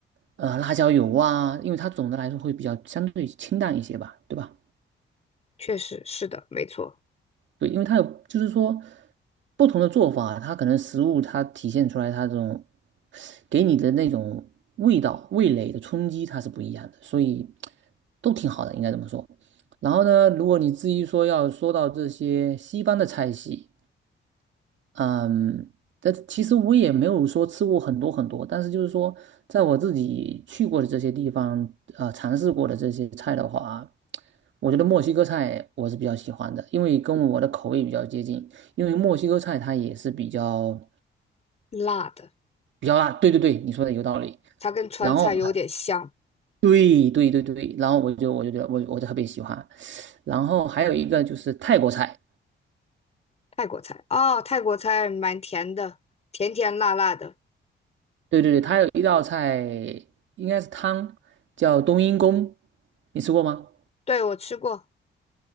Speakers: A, on the right (about 70°); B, on the left (about 35°).
A: 呃，辣椒油啊，因为它总的来说会比较相对清淡一些吧，对吧？
B: 确实是的，没错，
A: 对，因为它有，就是说不同的做法，它可能食物它体现出来它这种给你的那种味道、味蕾的冲击，它是不一样的，所以都挺好的，应该这么说。然后呢，如果你至于说要说到这些西方的菜系，嗯，但其实我也没有说吃过很多很多，但是就是说，在我自己去过的这些地方，呃，尝试过的这些菜的话，我觉得墨西哥菜我是比较喜欢的，因为跟我的口味比较接近。因为墨西哥菜它也是比较
B: 辣的，
A: 比较辣，对对对，你说的有道理。
B: 它跟川菜有点像，
A: 然后还对对对对，然后我就我就觉得我我就特别喜欢。然后还有一个就是泰国菜。
B: 泰国菜哦，泰国菜蛮甜的，甜甜辣辣的，
A: 对对对，它有一道菜应该是汤，叫冬阴功，你吃过吗？
B: 对，我吃过，